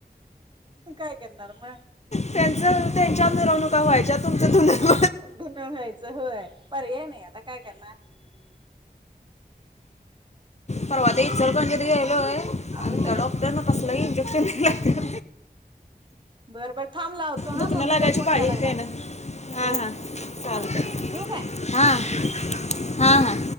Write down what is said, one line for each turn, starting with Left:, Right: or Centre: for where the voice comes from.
Right: काय करणार म
Left: त्यांचं त्यांच्या मिरवणुका व्हायच्या तुमच तु
Right: धून व्हायचं पर्याय नाही आता काय करणार
Left: परवा
Right: चालतय
Left: ते इचलकरंजीत गेलोय आणि
Right: आवरल
Left: त्या
Right: काय
Left: डॉक्टरनं कसलं इंजेक्शन दिलं
Right: बर बर थांब लावतो
Left: दुखणं
Right: हा मम्मीचा
Left: लागायची
Right: फोन
Left: पाळी
Right: यायला लागलाय
Left: त्यानं
Right: हॅलो
Left: हां हां चालतं
Right: हा ठेवू काय
Left: हां
Right: हा
Left: हां हां